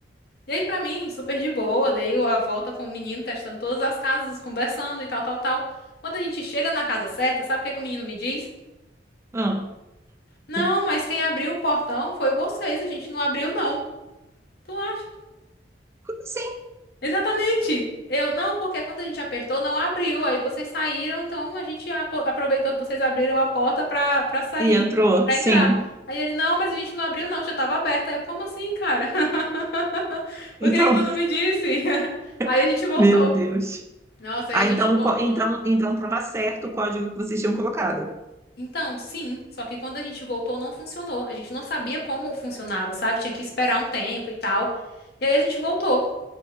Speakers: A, on the left; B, on the right.
A: E aí, pra mim, super de boa, dei a volta com o menino, testando todas as casas, conversando e tal, tal, tal. Quando a gente chega na casa certa, sabe o que é que o menino me diz?
B: Ah,
A: Não,
B: o-
A: mas quem abriu o portão foi vocês, a gente não abriu, não. Tu acha?
B: como assim?
A: Exatamente! Eu não, porque quando a gente apertou, não abriu. Aí vocês saíram, então a gente apo- aproveitou que vocês abriram a porta pra, pra sair,
B: E entrou?
A: pra
B: Sim.
A: entrar. Aí ele, não, mas a gente não abriu, não, já tava aberta. Eu, como assim, cara? <laughs> Por
B: Então,
A: que que tu não me disse? <laughs> Aí
B: <laughs>
A: a gente voltou.
B: meu Deus.
A: Nossa, aí
B: Ah,
A: a gente
B: então,
A: voltou.
B: co- então, então estava certo o código que vocês tinham colocado.
A: Então, sim, só que quando a gente voltou não funcionou. A gente não sabia como funcionava, sabe? Tinha que esperar um tempo e tal. E aí a gente voltou.